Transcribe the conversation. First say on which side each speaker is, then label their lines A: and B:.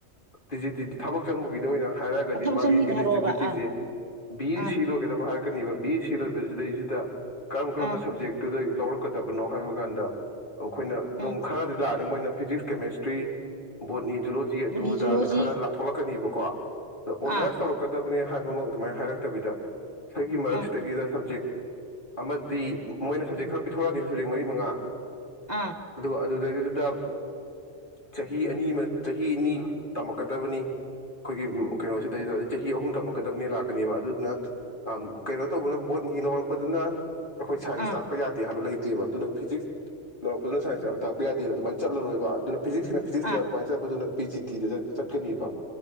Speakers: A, on the left; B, on the right.
A: ꯇꯤ ꯖꯤ ꯇꯤꯗ ꯊꯕꯛ ꯆꯪꯕꯒꯤꯗ ꯑꯣꯏꯅ ꯍꯥꯏꯔꯒꯗꯤ
B: ꯊꯕꯛ
A: ꯃꯥꯒꯤ
B: ꯆꯪꯕꯤꯗ
A: ꯏꯂꯤꯖꯤꯕꯤꯂꯤꯇꯤꯁꯦ
B: ꯍꯥꯏꯔꯛꯑꯣꯕ ꯑꯥ
A: ꯕꯤ ꯑꯦ
B: ꯑꯥ
A: ꯁꯤ ꯂꯣꯏꯒꯗꯕ ꯍꯥꯏꯔ ꯕ ꯕꯤ ꯑꯦꯁ ꯁꯤ ꯂꯣꯏꯕꯁꯤꯗꯩꯁꯤꯗ ꯀꯔꯝ ꯀꯔꯝꯕ
B: ꯑꯥ
A: ꯁꯕꯖꯦꯛꯇꯨꯗꯩ ꯂꯧꯔꯛꯀꯗꯕꯅꯣ ꯍꯥꯏꯕ ꯀꯥꯟꯗ ꯑꯩꯈꯣꯏꯅ ꯑꯗꯨꯝ
B: ꯑꯥ
A: ꯈꯔꯗꯤ ꯂꯥꯛꯑꯅꯤ ꯃꯣꯏꯅ ꯐꯤꯖꯤꯛꯁ ꯀꯦꯃꯦꯁꯇ꯭ꯔꯤ ꯕꯣꯠꯅꯤ ꯖꯨꯂꯣꯖꯤ ꯑꯗꯨ
B: ꯕꯣꯅꯤ
A: ꯑꯗꯥꯅ
B: ꯖꯨꯂꯣꯖꯤ
A: ꯈꯔ ꯂꯥꯛ ꯊꯣꯛꯂꯛꯀꯅꯤꯕ ꯀꯣ ꯑꯗꯣ ꯑꯣꯅꯔꯁ
B: ꯑꯥ
A: ꯇꯧꯔꯛꯀꯗꯕꯅꯦ ꯍꯥꯏꯕ ꯑꯗꯨꯃꯛ ꯑꯗꯨꯃꯥꯏꯅ ꯍꯥꯏꯔꯛꯇꯕꯤꯗ ꯁꯩꯒꯤ ꯃꯔꯛꯁꯤꯗꯒꯤꯗ
B: ꯑꯥ
A: ꯁꯞꯖꯦꯛ ꯑꯃꯗꯤ ꯃꯣꯏꯅ ꯁꯞꯖꯦꯛ ꯈꯔ ꯄꯤꯊꯣꯔꯛꯑꯅꯤꯕ ꯁꯕꯖꯦꯛ ꯃꯔꯤ ꯃꯉꯥ
B: ꯑꯥ
A: ꯑꯗꯨꯒ ꯑꯗꯨꯗꯩ ꯑꯗꯨꯗ ꯆꯍꯤ ꯑꯅꯤꯃ ꯆꯍꯤ ꯑꯅꯤ ꯇꯝꯃꯛꯀꯗꯕꯅꯤ ꯑꯩꯈꯣꯏꯒꯤ ꯀꯩꯅꯣꯁꯤꯗꯩꯗ ꯆꯍꯤ ꯑꯍꯨꯝ ꯇꯝꯃꯛꯀꯗꯕꯅꯤ ꯂꯥꯛꯀꯅꯤꯕ ꯑꯗꯨꯗꯨꯅ ꯑꯝ ꯀꯩꯅꯣ ꯇꯧꯕꯅ ꯕꯣꯠꯅꯤ ꯂꯧꯔꯛꯄꯗꯅ ꯑꯩꯈꯣꯏ ꯁꯥꯏꯟꯁ
B: ꯑꯥ
A: ꯇꯥꯛꯄ ꯌꯥꯗꯦ ꯍꯥꯏꯕ ꯂꯩ ꯇꯦꯕ ꯑꯗꯨ ꯅꯪ ꯐꯤꯖꯤꯛꯁ ꯂꯧꯔꯛꯄꯗꯨꯅꯥ ꯁꯥꯏꯟꯁ ꯇꯥꯛꯄ ꯌꯥꯗꯦꯅ ꯑꯗꯨꯃꯥꯏꯅ ꯆꯠꯂꯔꯣꯏꯕ ꯑꯗꯨꯅ ꯐꯤꯖꯤꯛꯁꯤꯅ ꯐꯤꯖꯤꯛꯁꯇ
B: ꯑꯥ
A: ꯑꯗꯨꯃꯥꯏꯅ ꯆꯠꯄ ꯗꯨꯅ P G ꯇꯤꯗ ꯆꯠꯀꯅꯤꯕ